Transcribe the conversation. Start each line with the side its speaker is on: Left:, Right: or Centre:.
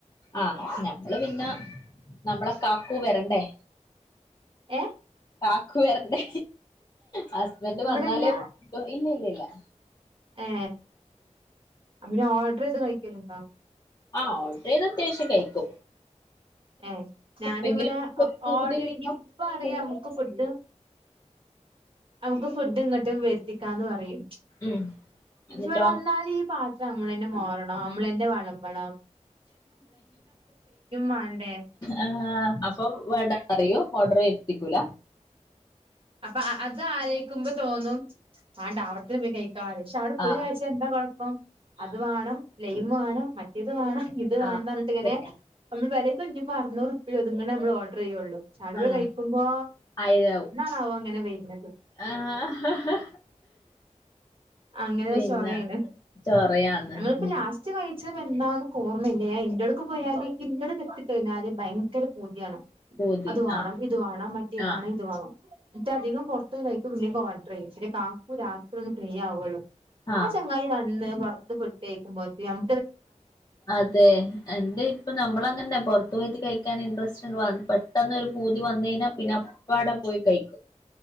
Left: ആഹ് ഞമ്മള് പിന്നെ നമ്മളെ കാക്കൂ വരണ്ടേ
Right: ഏ
Left: കാക്കു വരണ്ടേ. ഹസ്ബന്റ്
Right: ഇവിടെല്ല
Left: വന്നാലേ പോകാൻ പറ്റൂ ഇല്ല ല്ല ല്ല
Right: ഏ ആ പിന്നെ ഓഡ്ർ ചെയ്ത് കഴിക്കല്ണ്ടോ
Left: ആഹ് ഓഡർ ചെയ്ത് അത്യാവശ്യം കഴിക്കും
Right: ഏ ഞാനിവിടെ
Left: എപ്പെങ്കിലും പൂതി
Right: ഓഡർ
Left: വരുമ്പോ
Right: ഇപ്പ അറിയാം നമ്മക്ക് ഫുഡ് നമ്മക്ക് ഫുഡ് ഇങ്ങട്ടും വരുത്തിക്കാന്ന് പറയും
Left: ഉം
Right: പക്ഷെ
Left: എന്നിട്ടോ
Right: വന്നാല് ഈ പാത്രം നമ്മളെന്നെ മോറണം. നമ്മളെന്നെ വളമ്പണം. വേണ്ടേ
Left: ആഹ് അപ്പൊ വേണ്ടാന്നറയും. ഓഡറ് വരുത്തിക്കൂല
Right: അപ്പ അ അത് ആലോയിക്കുമ്പ തോന്നും ആണ്ടാവടത്തിന് പോയി കഴിക്കാ അറയു ക്ഷെ അവിടെ പോയി
Left: ആഹ്
Right: കഴിച്ച എന്താ കുഴപ്പം അത്
Left: ആഹ്
Right: വാണം ലൈമ് വാണം മറ്റേത് വാണം ഇത് വാണംന്നറഞ്ഞിട്ടിങ്ങനെ
Left: ആഹ്
Right: നമ്മള് പെരേ തുഞ്ഞിപ്പറുന്നൂറുപ്പ്യോ ഇതിങ്ങനെ അമ്മളോഡറെയ്യൊള്ളൂ ചാവടെ പോയി
Left: ആഹ്
Right: കഴിക്കുമ്പോ
Left: ആയിരാവും
Right: എന്താവോ ഇങ്ങനെ വര്ണ്
Left: ആഹ്
Right: അങ്ങനെ
Left: പിന്നെ
Right: ചൊറേണ്
Left: ചൊറയാന്ന്
Right: ഞങ്ങളിപ്പ
Left: ഉം
Right: ലാസ്റ്റ് കഴി ച്ചതെന്താന്ന്ക്കോർമ്മയില്ല ഞാ എൻ്റടുക്ക് പോയാലിൻ്റടുക്കെത്തി കഴിഞ്ഞാല് ഭയങ്കര പൂതിയാണ്
Left: പൂതി
Right: അത് വാണം
Left: ആഹ്
Right: ഇത് വാണം മറ്റേ വാണം
Left: ആഹ്
Right: ഇത് വാണം ഇറ്റധികം പൊറത്തോയി കഴിക്കും പിന്നിം പോവാൻ ട്രൈയും പിന്നെ കാക്കു രാത്രി ഒന്ന് ഫ്രീ ആവുഒള്ളൂ
Left: ആഹ്
Right: ആ ചങ്ങായി വന്ന് പൊറത്ത് ഫുഡ് കഴിക്കുമ്പോത്തിനും
Left: അതേ എന്റെ ഇപ്പൊ നമ്മളങ്ങന്നെ പൊറത്ത് പോയിട്ട് കഴിക് ക്കാനിൻട്രസ്റ്റ് വന്ന് പെട്ടെന്നൊരു പൂതി വന്നയിഞ്ഞാ പിന്നെ അപ്പാടെ പോയി കഴിക്